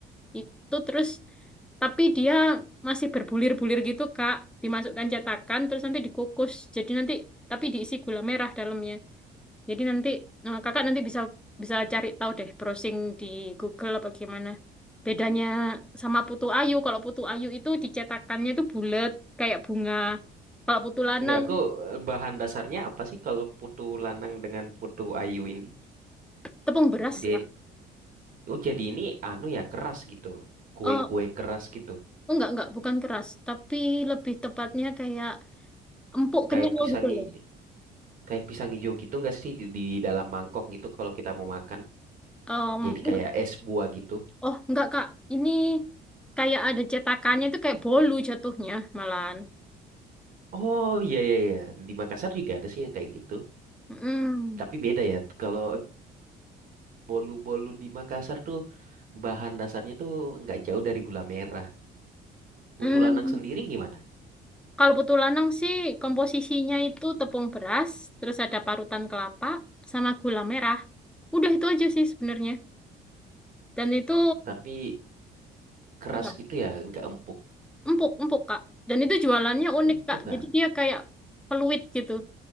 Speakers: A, in the centre; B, on the right.
A: itu terus tapi dia masih berbulir-bulir gitu Kak, dimasukkan cetakan terus nanti dikukus. Jadi nanti tapi diisi gula merah dalamnya. Jadi nanti eh, Kakak nanti bisa bisa cari tahu deh browsing di Google apa gimana. Bedanya sama putu ayu, kalau putu ayu itu dicetakannya itu bulat kayak bunga. Kalau putu lanang
B: Nggak, aku eh, bahan dasarnya apa sih kalau putu lanang dengan putu ayu ini?
A: tepung beras,
B: Dia,
A: Kak.
B: oh jadi ini anu ya keras gitu. Kue-kue
A: Oh,
B: keras gitu.
A: Oh, enggak, enggak, bukan keras, tapi lebih tepatnya kayak empuk
B: Kayak
A: kenyal
B: pisang
A: gitu
B: hijau,
A: loh.
B: kayak pisang hijau gitu nggak sih di, di dalam mangkok gitu kalau kita mau makan.
A: Em,
B: Jadi
A: enggak.
B: kayak es buah gitu.
A: oh, enggak, Kak. Ini kayak ada cetakannya itu kayak bolu jatuhnya malahan.
B: Oh iya iya iya. Di Makassar juga ada sih yang kayak gitu.
A: Mm.
B: Tapi beda ya. Kalau bolu-bolu di Makassar tuh bahan dasarnya tuh nggak jauh dari gula merah. Putu
A: Mm.
B: lanang sendiri gimana?
A: Kalau putu lanang sih komposisinya itu tepung beras, terus ada parutan kelapa sama gula merah. Udah itu aja sih sebenarnya. Dan itu
B: Tapi keras
A: apa,
B: gitu ya, nggak empuk.
A: empuk, empuk, Kak. Dan itu jualannya unik,
B: Empuk
A: Kak.
B: ya?
A: Jadi dia kayak peluit gitu.